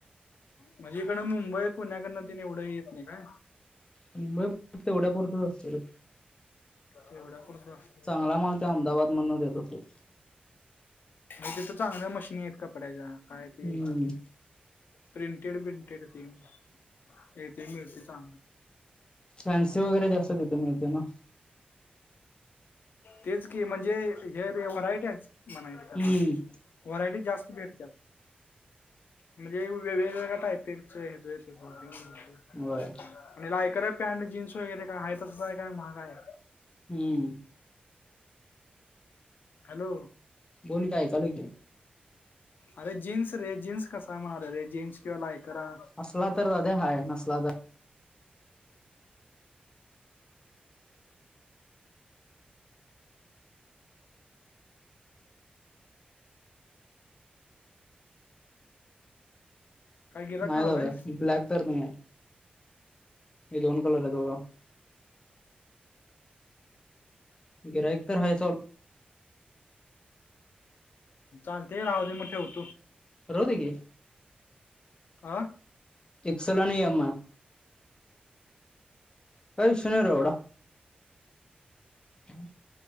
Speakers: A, on the left; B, on the left.
A: म्हणजे इकडं मुंबई पुणे तेन एवढा येत नाही काय.
B: अन बघ तेवढ्या पुरतच असतय रे
A: तेवढ्या पुरतं असतय.
B: चांगला माल ते अहमदाबाद मधन देता होते.
A: नाही तिथ चांगल्या मशीनी आहेत कपड्याच्या काय
B: हम्म
A: ते प्रिंटेड बिनटेड ते ते मिळते चांगलं
B: फॅन्सी वगैरे जास्त तिथे मिळते ना.
A: तेच की म्हणजे हे रे व्हरायटी आहे म्हणायच तर
B: हम्म
A: व्हरायटी जास्त भेटते. म्हणजे वेगवेगळ्या टायपिंग च देणाऱ्या पायपेगच ह्याच त्याच सगळचते म्हणतोय.
B: बर
A: आणि ह, लायकर आहे जीन्स वगैरे का आहे तस आहे का महागआहे.
B: हम्म.
A: हॅलो.
B: बोल की ऐयकालो की
A: अरे जीन्स रे जीन्स कसा माल हे रे जीन्स किंवा लाय करा
B: असला तर रग्या हाय नसला तर
A: काय गिरायक
B: नाही
A: करायलायस
B: दादा ब्लॅक तर नाहीय. हे दोन कलर आहेेत बघा गिरायक तर हाय चाललु
A: चालतय राहू दे मग ठेवतो.
B: राहूदे की
A: हा
B: एक् सैल आणि यम आहे अय शरीर ऐवडा ह